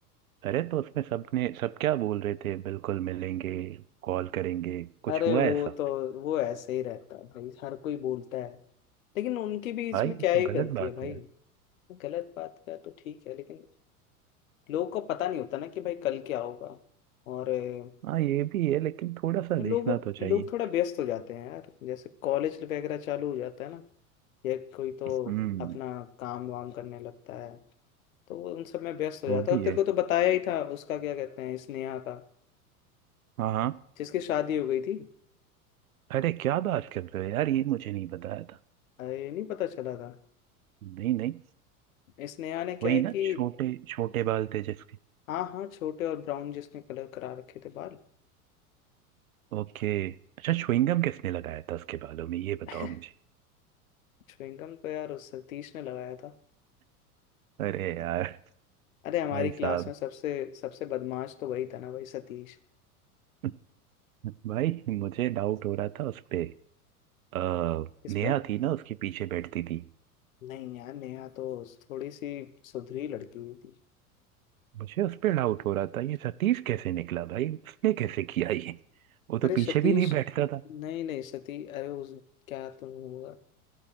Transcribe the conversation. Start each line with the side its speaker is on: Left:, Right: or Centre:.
Right: अरे तो उसमें सबने सब क्या बोल रहे थे बिल्कुल मिलेंगे कॉल करेंगे कुछ
Left: अरे
Right: हुआ
Left: वो
Right: ऐसा
Left: तो वो ऐसे ही रहता है भाई हर कोई बोलता है लेकिन उनकी भी इसमें
Right: हाँ ये
Left: क्या ही
Right: तो
Left: गलती
Right: गलत बात
Left: है भाई
Right: है यार
Left: गलत बात का तो ठीक है लेकिन लोगों को पता नहीं होता ना कि भाई कल क्या होगा और अ,
Right: हाँ ये भी है लेकिन थोड़ा सा
Left: लोगों
Right: देखना तो चाहिए
Left: लोग थोड़ा व्यस्त हो जाते हैं यार जैसे कॉलेज वगैरह चालू हो जाता है ना या कोई तो
Right: हम्म
Left: अपना काम वाम करने लगता है तो वो उन सब में व्यस्त हो
Right: वो
Left: जाता
Right: भी
Left: है और
Right: है
Left: तेरे को तो बताया ही था उसका क्या कहते हैं स्नेहा का
Right: हाँ हाँ
Left: जिसकी शादी हो गई थी
Right: अरे क्या बात कर रहे हो यार ये मुझे नहीं बताया था
Left: अरे नहीं पता चला था
Right: नहीं नहीं
Left: स्नेहा ने क्या
Right: वही
Left: है कि
Right: ना छोटे छोटे बाल थे जिसके
Left: हाँ हाँ छोटे और ब्राउन जिसने कलर करा रखे थे बाल
Right: ओके अच्छा च्युइंगम किसने लगाया था उसके बालों में ये बताओ
Left: <laughs>
Right: मुझे
Left: च्युइंगम तो यार उस सतीश ने लगाया था
Right: अरे यार
Left: अरे हमारी
Right: भाई
Left: क्लास
Right: साहब
Left: में सबसे सबसे बदमाश तो वही था ना भाई सतीश
Right: <laughs> भाई मुझे डाउट हो रहा था उस पे अ,
Left: इस
Right: नेहा
Left: पे
Right: थी ना उसके पीछे बैठती थी
Left: नहीं यार नेहा तो थोड़ी सी सुधरी लड़की हुई थी
Right: मुझे उस पे डाउट हो रहा था ये सतीश कैसे निकला भाई उसने कैसे किया ये वो तो
Left: अरे सतीश
Right: पीछे भी नहीं बैठता था
Left: नहीं नहीं सती अरे उस क्या तो होगा